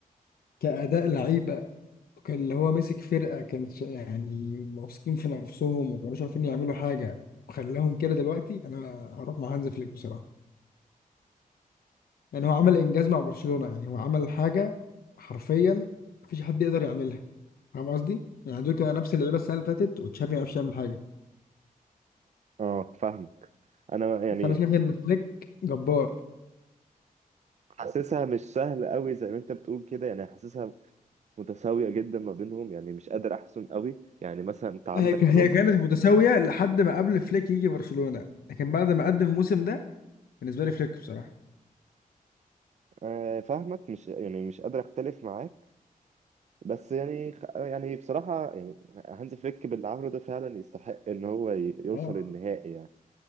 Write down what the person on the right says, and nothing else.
اه فاهمك انا يعني
حاسسها مش سهل قوي زي ما انت بتقول كده يعني حاسسها متساوية جدا ما بينهم يعني مش قادر احسن قوي يعني مثلا انت عندك
كلوب
آه، فاهمك مش يعني مش قادر اختلف معاك بس يعني يعني بصراحة يعني هانز فليك باللي عمله ده فعلا يستحق إن هو ي- يوصل
النهائي يعني